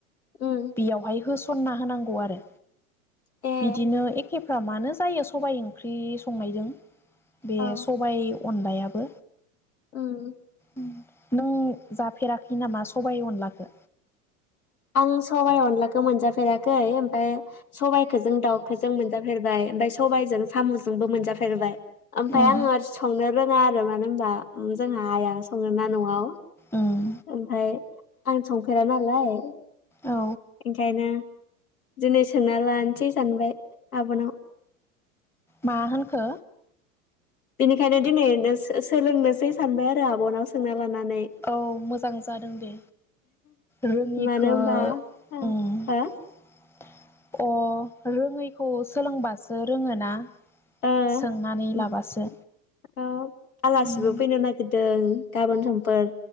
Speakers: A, on the left; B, in the centre.
A: उम
B: बेयावहाय होस सनना होनांगौ आरो
A: ए
B: बिदिनो एखे फ्रा मानो जायो सबाइ ओंख्रि संनायजों बे
A: औ
B: सबाय अनलाया बो
A: उम
B: उम नों जाफेराखै हि नामा सबाय अनलाखो
A: आं सबाय अनलाखौ मोनजाफेराखै ओमफाय सबायखोजों दाउखोजों मोनजाफेरबाय ओमफाय सबायजों साम'जोंबो मोनजाफेरबाय ओमफाय
B: उम
A: आङो संनो रोङा आरो मा मानो होमबा ओ जोंहा आइआ सङो ना न'आव
B: उम
A: ओमफाय आं संफेरा नालाय
B: औ
A: ओंखायनो दिनै सोंना लानोसै सानबाय आब'नाव
B: मा होनखो
A: बिनिखायनो दिनै सोलोंनोसै सानबाय आरो आब'नाव सोंना लानानै
B: औ मोजां जादों दे रोङिखो‌
A: मानो होनबा हो
B: उम <unintelligible> अ रोङै खौ सोलोंबासो रोङोना?
A: ओ‌
B: सोंनानै
A: उ
B: लाबासो
A: ओब आलासिबो
B: उम
A: फैनो नागिर दों गाबोन समफोर